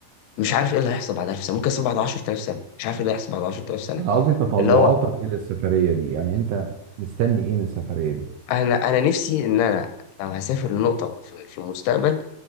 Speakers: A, on the left (about 80°); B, on the right (about 70°).
A: مش عارف ايه اللي هيحصل بعد 1000 سنه ممكن اسافر بعد 10000 سنه مش عارف ايه اللي هيحصل بعد 10000 سنه
B: انا قصدي تطلعاتك
A: اللي هو
B: الى السفرية دي يعني انت مستني ايه من السفرية دي
A: انا انا نفسي ان انا لو هسافر لنقطه في في المستقبل